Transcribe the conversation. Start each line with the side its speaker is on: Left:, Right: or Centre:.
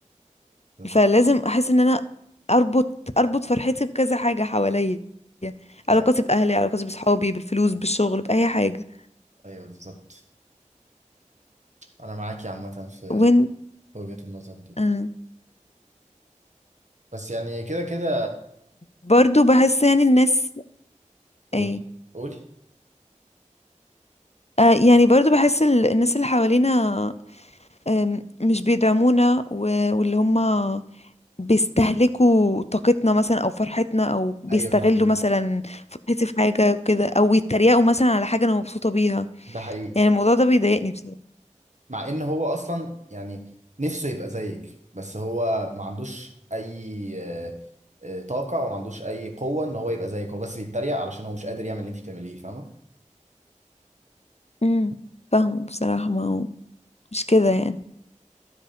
Right: بالظبط
Left: فلازم احس ان انا اربط اربط فرحتي بكذا حاجه حواليا علاقاتي
Right: ايوه
Left: باهلي علاقاتي بصحابي بالفلوس بالشغل باي حاجه
Right: ايوه بالظبط انا معاك يا عامه في
Left: وين
Right: وجهه النظر دي
Left: آه.
Right: بس يعني كده كده
Left: برضو بحس يعني الناس
Right: قول
Left: ايه
Right: قول
Left: آه يعني برضو بحس ال- الناس اللي حوالينا آم، مش بيدعمونا و- واللي هم بيستهلكوا طاقتنا مثلا او فرحتنا او بيستغلوا
Right: ايوه ده حقيقي
Left: مثلا فرحتي في حاجه وكده او يتريقوا مثلا على حاجه انا مبسوطه بيها
Right: ده حقيقي
Left: يعني الموضوع ده بيضايقني بصراحه
Right: مع ان هو اصلا يعني نفسه يبقى زيك بس هو ما عندوش اي آه، آه، طاقة او ما عندوش اي قوة ان هو يبقى زيك هو بس بيتريق علشان هو مش قادر يعمل اللي انت بتعمليه فاهمة
Left: امم فاهمه بصراحه ما هو مش كده يعني